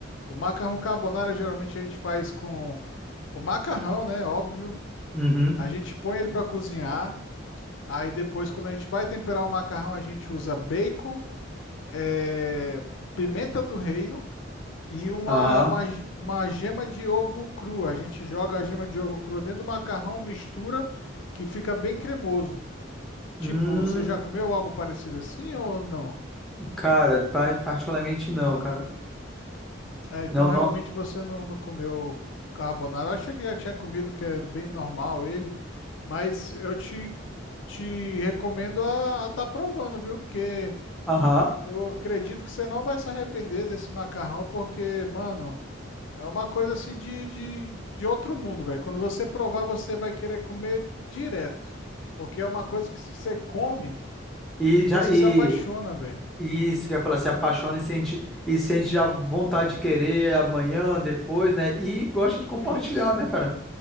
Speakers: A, on the left (about 70°); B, in the centre.
A: O macarrão carbonara geralmente a gente faz com o macarrão, né? Óbvio.
B: Uhum.
A: A gente põe ele para cozinhar. Aí depois, quando a gente vai temperar o macarrão, a gente usa bacon, eh, pimenta do reino. E uma,
B: Aham.
A: uma, uma gema de ovo crua. A gente joga a gema de ovo crua dentro do macarrão, mistura, que fica bem cremoso.
B: Hum,
A: Tipo, você já comeu algo parecido assim ou não?
B: cara, pa- particularmente não, cara.
A: Ah, então
B: Não, não.
A: realmente você não, não comeu carbonara. Achei que já tinha comido, que é bem normal ele. Mas eu te, te recomendo a estar provando, viu? Porque
B: Aham.
A: eu acredito que você não vai se arrepender desse macarrão, porque, mano. É uma coisa assim de, de, de outro mundo, velho. Quando você provar, você vai querer comer direto. Porque é uma coisa que você come
B: E
A: e
B: já
A: você
B: e
A: se apaixona, velho.
B: e isso quer falar, se apaixona e sente e sente já vontade de querer amanhã, depois, né? E gosta de compartilhar,
A: Isso.
B: né, cara?